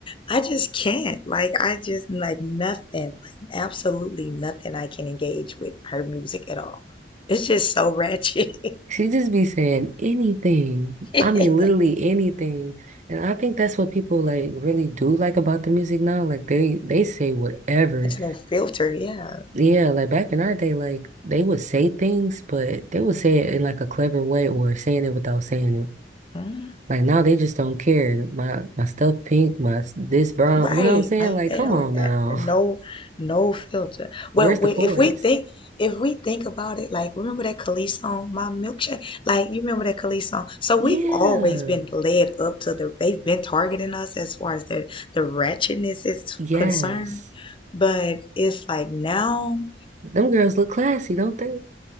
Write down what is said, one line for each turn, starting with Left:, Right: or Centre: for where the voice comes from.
Left: I just can't. Like I just like nothing. Like absolutely nothing I can engage with her music at all. It's just so ratchet.
Right: <laughs> She just be saying anything.
Left: <laughs>
Right: I mean, literally anything. And I think that's what people like really do like about the music now. Like they they say whatever.
Left: It's no filter, yeah.
Right: Yeah, like back in our day, like they would say things, but they would say it in like a clever way or saying it without saying it.
Left: Mm.
Right: Like now they just don't care. My my stuff pink, my s- this brown.
Left: Right,
Right: You know what I'm saying?
Left: like
Right: Like
Left: they
Right: come
Left: don't
Right: on
Left: got
Right: now.
Left: no no filter.
Right: Where's
Left: Well,
Right: the
Left: we,
Right: poise?
Left: if we think if we think about it, like remember that Khalees song, "My Milkshake." Like you remember that Khalees song. So
Right: Yeah.
Left: we've always been led up to the. They've been targeting us as far as the the ratchetness is
Right: Yes.
Left: concerned, but it's like now
Right: Them girls look classy, don't they?